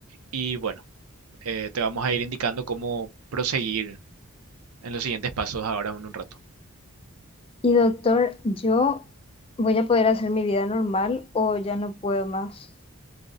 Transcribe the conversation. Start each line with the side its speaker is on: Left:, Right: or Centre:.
Right: y bueno, eh, te vamos a ir indicando cómo proseguir en los siguientes pasos ahora en un rato.
Left: Y, doctor, ¿yo voy a poder hacer mi vida normal o ya no puedo más?